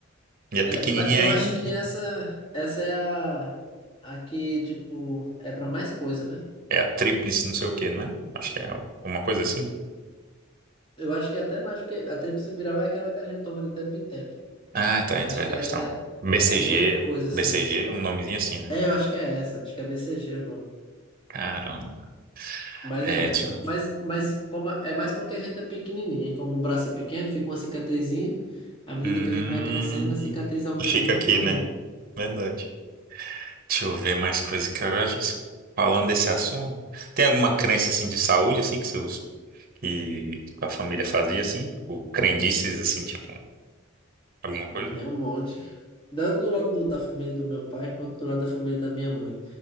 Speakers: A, on the right (about 45°); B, on the left (about 25°).
A: E é
B: É,
A: pequenininha
B: ba- eu
A: ainda.
B: acho que essa, essa é a, a que, tipo, é pra mais coisa, né?
A: É a tríplice, não sei o quê, não é? Acho que é uma coisa assim.
B: Eu acho que é até mais, porque a tríplice viral é aquela que a gente toma de tempo em tempo.
A: Ah, então,
B: Eu
A: é
B: acho
A: verdade.
B: que essa
A: Então,
B: é,
A: BCG,
B: é para um monte de coisa, assim.
A: BCG, um nomezinho assim, né?
B: É, eu acho que é essa. Acho que é BCG o nome.
A: Caramba.
B: Mas,
A: É,
B: é, da-
A: tio.
B: mas, mas como, é é mais porque a gente é pequenininho, E como o braço é pequeno, fica uma cicatrizinha. À medida
A: Hum,
B: que a gente vai crescendo, a cicatriz aumenta
A: fica
B: junto
A: aqui,
B: com a
A: né?
B: gente.
A: Verdade. Deixa eu ver mais coisas que agora a gente falando desse assunto. Tem alguma crença assim de saúde assim que seus que a família fazia assim, tipo crendices assim, tipo alguma coisa?
B: Ela tem um monte. Tanto do lado do- da família do meu pai, quanto do lado da família da minha mãe.